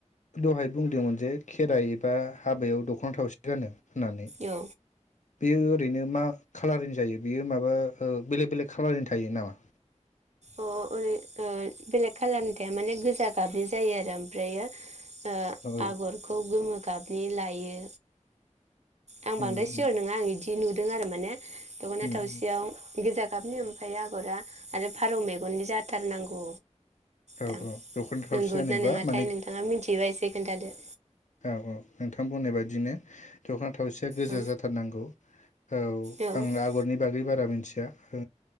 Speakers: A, on the left; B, on the right.
A: दहाय बुंदोंमोन जे खेराइ एबा हाबायाव दखना थावसि गानो होननानै
B: औ
A: बेयो ओरैनो मा खालारनि जायो बेयो माबा ओ बेलेग बेलेग खालारनि थायो नामा?
B: अ ओरै ओ बेलेग खालारनि थाया माने गोजा गाबनि जायो आरो ओमफ्रायो ओ
A: औ औ
B: आग'रखौ गोमो गाबनि लायो। आं
A: उम
B: बांद्राय
A: उम
B: सिअर नङा आं इदि इदि नुदों आरो माने दख'ना
A: उम
B: थावसियाव
A: उम
B: गोजा गाबनि ओमफ्राय आग'रा आरो फारौ मेगननि जाथारनांगौ।
A: औ
B: दां
A: औ दख'ना थावसि
B: नोंगौ
A: जानोबा
B: ना नङाथाय
A: माने
B: नोंथाङा मिनथियोबा एसे खोन्थादो।
A: औ औ नोंथां बुंनाय बायदिनो दख'ना थावसिया गोजा
B: औ
A: जाथारनांगौ। औ
B: औ
A: आं आग'रनि बागै बारा मोनथिया ओ